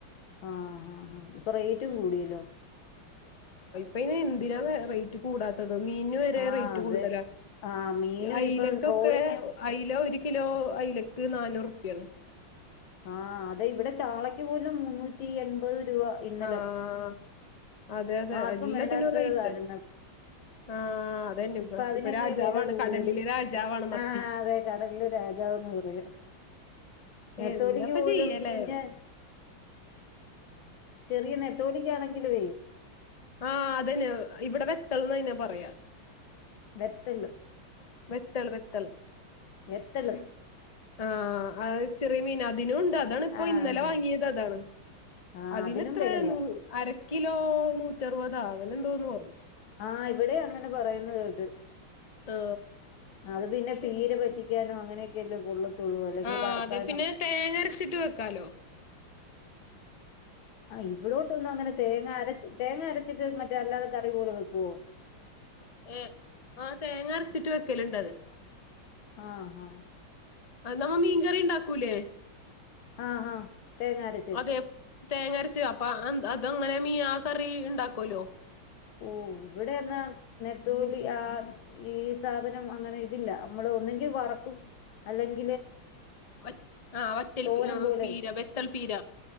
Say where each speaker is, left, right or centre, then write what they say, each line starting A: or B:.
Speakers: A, on the left; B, on the left.
A: ആഹ ആഹ ആഹ ഇപ്പൊ റേറ്റും കൂടിയലോ
B: അപ്പന്നെ എന്തിനാ റേറ്റ് കൂടാത്തത് മീ വരെ
A: ആഹ്
B: റേറ്റ്
A: അതെ
B: കൂടുതല
A: ആഹ് മീനും
B: അലക്കൊക്കെ
A: ഇപ്പം ട്രോളിങ്ങും
B: അ കിലോ അലക്ക് നന്നൂറ് ുപ്യാണ്
A: ആഹ അതെ ഇവിടെ ചാളക്ക് പോലും മുന്നൂറ്റി എൺപത് രൂപ ഇന്നലെ
B: ആഹ് അതെ അതെ
A: ആർക്കും
B: എല്ലാത്തിനും
A: വേണ്ടാത്തതായിരുന്നു
B: റേറ്റാ ആഹ് അതന്നെ
A: ഇപ്പൊ
B: ഇപ്പ
A: അതിനല്ലേ
B: രാജാവാണ്
A: വെല കൂടുതലും.
B: കടലിലെ രാജാവാണ് മത്തി
A: ആഹ് അതെ കടലിലെ രാജാവന്ന് പറയാ. നെത്തോലിക്ക്
B: എന്താപ്പ
A: പോലും
B: ചെയ്യലേ
A: കുഞ്ഞ്, ചെറിയ നെത്തോലിക്കാണെങ്കിലുവേ
B: ആ അതന്നെ ഇവിടെ വെത്തൽന്ന അയിനെ പറയാ
A: വെത്തല്ല്
B: വെത്തള് വെത്തള്.
A: വെത്തള്
B: ആഹ് അ ചെറിയ മീൻ അതിനുണ്ട്. അതാണ് ഇപ്പോ
A: ആഹ്
B: ഇന്നലെ വാങ്ങിയതതാണ്.
A: ആഹ്
B: അതിനെത്ര
A: അതിനും വെലയാ
B: നൂ അരക് കിലോ നൂറ്ററുപതാ അങ്ങനെ എന്തോന്ന് പറഞ്ഞു
A: ആഹ് ഇവിടെ അങ്ങനെ പറയുന്ന കേട്ട്
B: ഓ
A: അത് പിന്നെ
B: ശെ.
A: പീര പറ്റിക്കാനോ അങ്ങനെയൊക്കെയല്ലേ കൊള്ളത്തുള്ളൂ അല്ലെങ്കി
B: ആ
A: വറക്കാനോ
B: അതെ പിന്നെ തേങ്ങരച്ചിട്ട് വെക്കാലോ
A: ആ ഇവിടോട്ടൊന്നും അങ്ങനെ തേങ്ങ അരച്, തേങ്ങ അരച്ചിട്ട് മറ്റേ അല്ലാതെ കറി പോലെ വെക്കുവോ
B: ഏ ആ തേങ്ങരച്ചിട്ട് വെക്കല്ണ്ടത്
A: ആഹ് ഹാ
B: അ നമ്മ മീൻകറി ഇണ്ടാക്കൂലേ
A: ആഹ് ആഹ് തേങ്ങ അരച്ച്
B: അതെ തേങ്ങരച്ച്. അപ്പ അന്ന് അതങ്ങനെ മീ ആ കറി ഇണ്ടാക്ക്വല്ലോ
A: ഓ ഇവിടെയെന്ന നത്തോലി ആ ഈ സാധനം അങ്ങനെ ഇതില്ല നമ്മൾ ഒന്നെങ്കിൽ വറക്കും അല്ലെങ്കി
B: ഒറ്റ് ആ ഒറ്റൽ
A: തോരൻ
B: പി അഹ്
A: പോലെ
B: പീര വേത്തൾ പീര